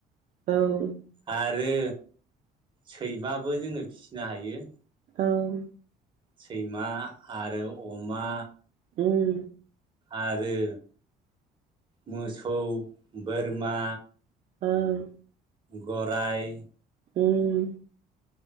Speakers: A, on the right; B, on the right.
A: औ
B: आरो सैमाबो जोङो फिसिनो हायो
A: ओं
B: सैमा आरो अमा
A: उम
B: आरो मोसौ बोरमा
A: ओं
B: गराइ
A: उम